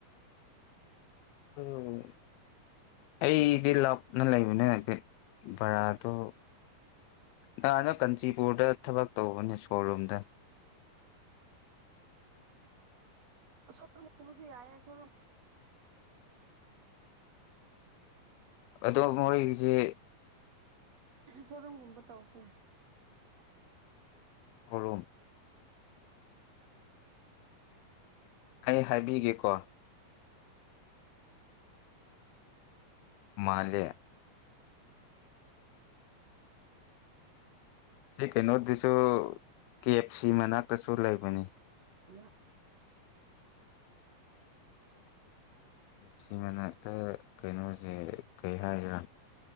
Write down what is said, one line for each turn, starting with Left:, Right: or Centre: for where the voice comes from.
Left: <inaudible> ꯑꯩꯗꯤ ꯂꯥꯞꯅ ꯂꯩꯕꯅꯦ ꯕꯔꯥꯗꯣ ꯗꯥꯅ ꯀꯥꯟꯆꯤꯄꯨꯔꯗ ꯊꯕꯛ ꯇꯧꯕꯅꯦ ꯁ꯭ꯔꯣꯔꯨꯝꯗ
Right: ꯁ꯭ꯔꯣꯔꯨꯝꯒꯨꯝꯕꯁꯨ ꯌꯥꯏꯌꯦ ꯁ꯭ꯔꯣꯔꯨꯝ
Left: ꯑꯗꯣ ꯃꯣꯏꯒꯤꯁꯤ
Right: ꯁ꯭ꯔꯣꯔꯨꯝꯒꯨꯝꯕ ꯇꯧꯁꯦ
Left: ꯁꯣꯔꯨꯝ ꯑꯩ ꯍꯥꯏꯕꯤꯒꯦꯀꯣ ꯃꯥꯜꯂꯦ ꯁꯤ ꯀꯩꯅꯣꯗꯨꯁꯨ ꯀꯦ ꯑꯦꯐ ꯁꯤ ꯃꯅꯥꯛꯇꯁꯨ ꯂꯩꯕꯅꯤ
Right: <inaudible>
Left: ꯁꯤ ꯃꯅꯥꯛꯇ ꯀꯩꯅꯣꯁꯦ ꯀꯩ ꯍꯥꯏꯁꯤꯔꯥ